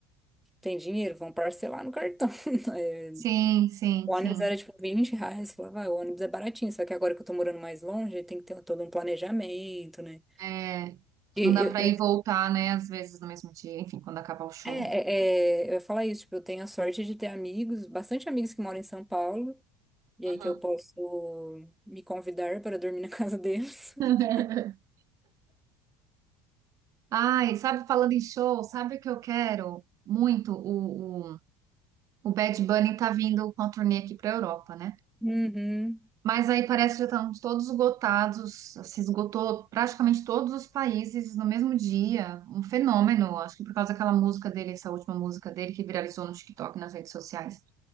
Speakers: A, in the centre; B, on the right.
A: tem dinheiro, vão parcelar no cartão. <laughs>
B: Sim, sim,
A: O
B: sim.
A: ônibus era tipo 20 reais, eu falava, "Ah, o ônibus é baratinho, só que agora que eu tô morando mais longe, tem que ter todo um planejamento, né?
B: É,
A: E,
B: não dá
A: eu,
B: para
A: eu-
B: ir e voltar, né? Às vezes no mesmo dia, enfim, quando acabar o show.
A: é, é, é, eu ia falar isso, tipo, eu tenho a sorte de ter amigos, bastante amigos que moram em São Paulo, e
B: Uhum.
A: aí que eu posso me convidar para dormir na casa deles.
B: <laughs>
A: <laughs>
B: Ai, sabe, falando em show, sabe o que eu quero muito? O, o, o Bad Bunny tá vindo com a turnê aqui para Europa, né?
A: Uhum,
B: Mas aí parece que já estamos todos esgotados, se esgotou praticamente todos os países no mesmo dia. Um fenômeno, acho que por causa daquela música dele, essa última música dele que viralizou no TikTok, nas redes sociais.